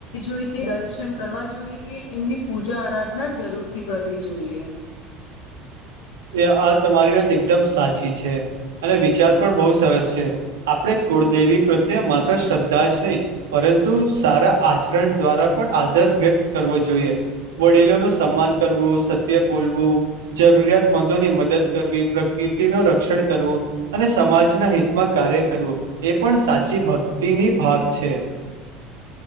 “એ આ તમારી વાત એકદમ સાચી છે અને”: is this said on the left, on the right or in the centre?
Right